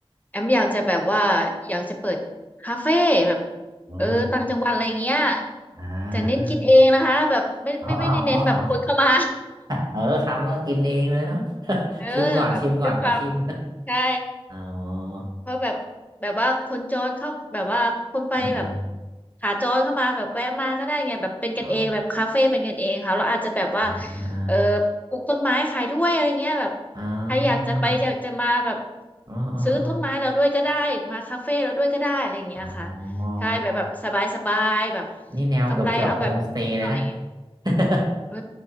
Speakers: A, on the left; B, on the right.
A: แอมอยากจะแบบว่าอยากจะเปิดคาเฟ่แบบ
B: อ่า
A: เออต่างจังหวัดอะไรเงี้ย
B: อ่า
A: แต่เน้นกินเองนะคะแบบไม่ไม่ไม่ได้เน้นแบบคนเข้ามา
B: อ๋ออ๋ออ๋อเออทำแล้วกินเองเลยเนาะ <laughs>
A: <laughs> เออแบบด้วยความ
B: ชิมก่อนชิมก่อนขอชิม
A: ใช่
B: อ๋อ
A: เพราะแบบแบบว่าคนจรเข้าแบบว่าคนไปแบบ
B: <laughs>
A: ขาจรเข้ามาแบบแวะมาก็ได้ไงแบบเป็นกันเองแบบคาเฟ่เป็นกันเองค่ะเราอาจจะแบบว่า
B: อ๋อ อ่าอ่า
A: เออปลูกต้นไม้ขายด้วยอะไรเงี้ยแบบ
B: อ่
A: ใครอยากจะไปอยากจะมาแบบ
B: าอ๋ออ๋ออ๋อ
A: ซื้อต้นไม้เราด้วยก็ได้มาคาเฟ่เราด้วยก็ได้อะไรเงี้ยค่ะ
B: อ๋ออ๋อ
A: ใช่แบบแบบสบายสบายแบบ
B: นี่แนวเกือบเกือบโฮมสเตย์เลยนะ
A: กำไรเอาแบบหน่อย
B: <laughs>
A: เออ